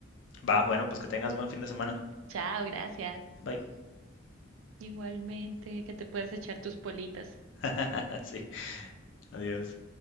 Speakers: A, on the left; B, on the right.
A: va, bueno, pues que tengas buen fin de semana.
B: Chao, gracias.
A: Bye.
B: Igualmente, que te puedas echar tus politas.
A: <laughs> sí, adiós.